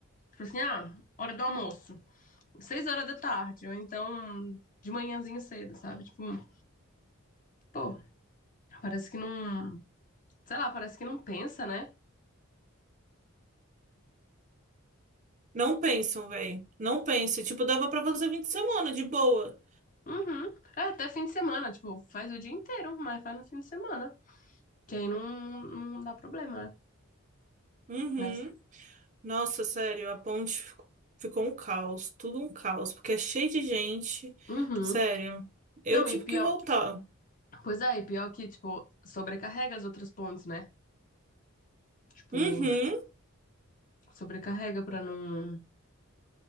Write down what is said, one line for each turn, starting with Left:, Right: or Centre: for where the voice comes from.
Left: Tipo assim, ah, hora do almoço, seis horas da tarde, ou então de manhãzinho cedo, sabe? Tipo, pô, parece que não, sei lá, parece que não pensa, né?
Right: Não pensam, véi. Não pense. Tipo, dava pra fazer 20 semanas de boa.
Left: Uhum. É, até fim de semana, tipo, faz o dia inteiro, mas faz no fim de semana, que aí não, não dá problema, né?
Right: Uhum.
Left: Mas,
Right: Nossa, sério, a ponte ficou ficou um caos. Tudo um caos. Porque é cheio de gente.
Left: uhum.
Right: Sério. Eu
Left: Não,
Right: tive
Left: e pior,
Right: que voltar.
Left: pois é, e pior que, tipo, sobrecarrega as outras pontes, né? Tipo,
Right: Uhum.
Left: sobrecarrega pra não.